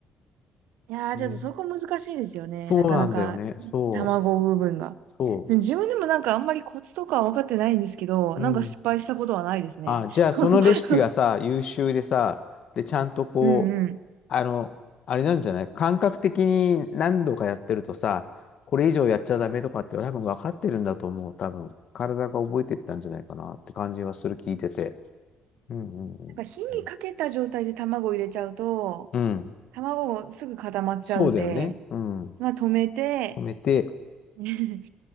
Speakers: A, on the right; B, on the left.
A: いやー、
B: えー
A: ちょっとそこ難しいですよね。
B: そうなんだよね。
A: なかなか、
B: そう。
A: 卵部分が。
B: そ
A: 自分でもなんかあんまりコツとかは分かってないんですけど、
B: う。
A: なんか失敗したことはないですね。
B: うん。あ、じゃあそのレシピがさ、
A: <laughs>
B: 優秀でさ、で、ちゃんとこう、
A: うんうん。
B: あの、あれなんじゃない感覚的に何度かやってるとさ、これ以上やっちゃダメとかって多分分かってるんだと思う。多分、体が覚えてったんじゃないかなって感じはする、聞いてて。うんうんうん。
A: なんか火にかけた状態で卵を入れちゃうと、
B: うん。
A: 卵もすぐ固まっちゃうんで、
B: そうだよね。うん。
A: まあ止めて、
B: 止めて、
A: <laughs> 止